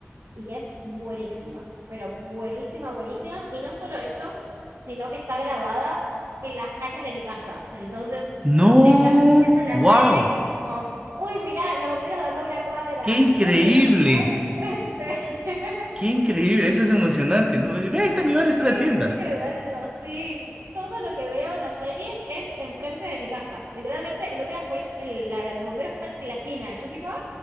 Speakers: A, on the right (about 80°); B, on the right (about 20°).
A: y que es buenísima, pero buenísima, buenísima. Y no solo eso, sino que está grabada en las calles de mi casa. Entonces,
B: No,
A: mientras estoy viendo la
B: wow,
A: serie, es como, uy, mirá, los bomberos de acá a una cuadra,
B: qué increíble,
A: uy, el hospital de enfrente. <laughs>
B: qué increíble, eso es emocionante, ¿no? Ves, Ve, ahí está
A: Es
B: mi barrio, está
A: muy
B: la
A: divertido
B: tienda.
A: verlo, sí. Todo lo que veo en la serie es enfrente de mi casa. Literalmente, el otro día fue el- el- la- los bomberos que están en la esquina. Y yo tipo, ¡ah,